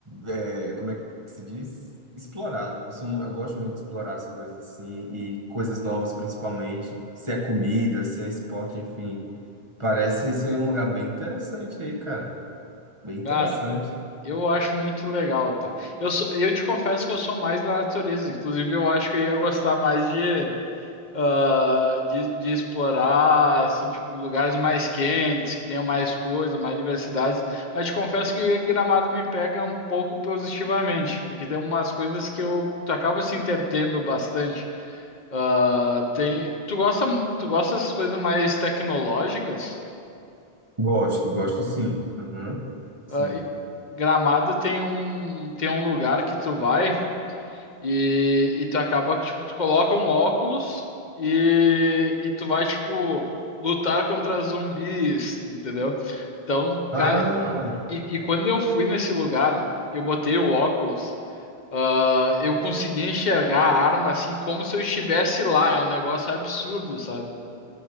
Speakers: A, on the right; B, on the left.
A: é, como é que se diz? Explorar. Eu sou, mu- eu gosto muito de explorar as coisas assim, e coisas novas principalmente, se é comida, se é esporte, enfim. Parece ser um lugar bem interessante aí, cara. Bem interessante.
B: Cara, Eu acho muito legal, tá? Eu, sou- eu te confesso que eu sou mais da natureza. Inclusive, eu acho que eu ia gostar mais de, ah, de, de explorar, assim, tipo, lugares mais quentes, que tenham mais coisa, mais diversidades. Mas te confesso que Gramado me pega um pouco positivamente, porque tem umas coisas que eu, tu acaba se entretendo bastante. Ah, tem, tu gosta, tu gosta dessas coisas mais tecnológicas?
A: Gosto, gosto sim. Aham, sim.
B: Ah, e- Gramado tem um, tem um lugar que tu vai. E, e tu acaba que, tipo, tu coloca um óculos e, e tu vai, tipo, lutar contra zumbis, entendeu? Então,
A: Ah,
B: cara, e, e quando eu fui nesse lugar, eu botei o óculos, ah, eu consegui enxergar a arma assim como se eu estivesse lá. É um negócio absurdo, sabe?